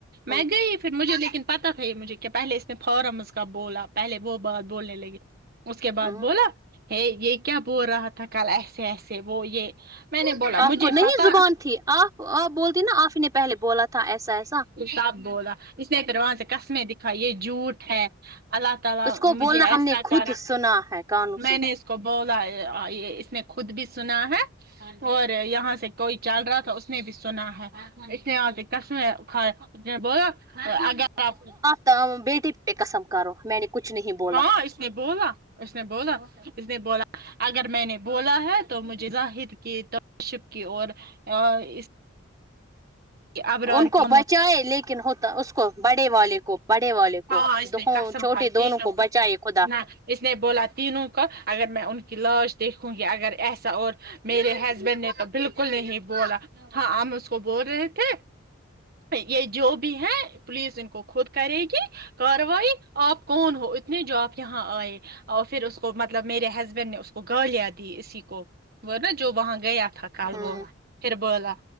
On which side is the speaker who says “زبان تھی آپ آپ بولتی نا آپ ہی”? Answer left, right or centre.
Right